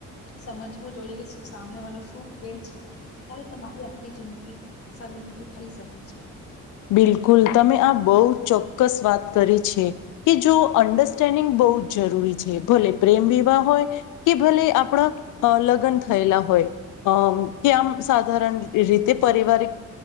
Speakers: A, on the left (about 50°); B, on the left (about 80°).
A: સમજવું જોઈએ કે સામને વાળો શું કેય છે ત્યારે તમારી આખી જિંદગી સરળ રીતે થઈ શકે છે
B: બિલકુલ તમે આ બો ચોક્કસ વાત કરી છે કે જો અન્ડરસ્ટેન્ડિંગ બોઉુ જ જ છે ભલે પ્રેમ વિવાહ હોય કે ભલે આપણા લગ્ન થયેલા હોય કે આમ સાધારણ રીતે પારિવારિક